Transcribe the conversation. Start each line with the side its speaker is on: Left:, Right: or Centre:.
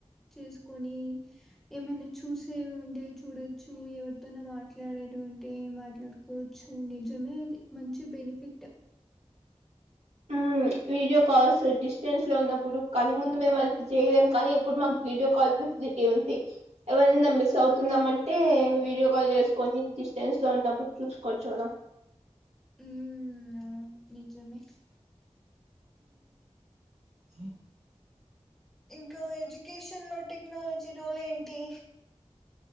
Centre: చేసుకని ఏమైనా చూసేవి ఉంటేవి చూడొచ్చు ఎవరితోన మాట్లాడేవి ఉంటే మాట్లాడుకోవచ్చు నిజ కని అది మంచి బెనిఫిట్
Right: అవును వీడియో కాల్స్ డిస్టెన్స్ లో ఉన్నప్పుడు కనీ ముందు మేము అ చేయలేము కానీ ఎప్పుడు మాకు వీడియో కాల్ ఉంది ఎవర్నన్న మిస్ అవుతున్నాం
Centre: హ్మ్
Right: అంటే వీడియో కాల్ చేసుకొని డిస్టెన్స్ లో ఉ అప్పుడ్ చూసుకోవచ్చు కదా
Centre: ఉ అవున్ నిజమే
Right: అ
Centre: ఇంకా ఎడ్యుకేషన్ లో టెక్నాలజీ రోల్ ఏంటి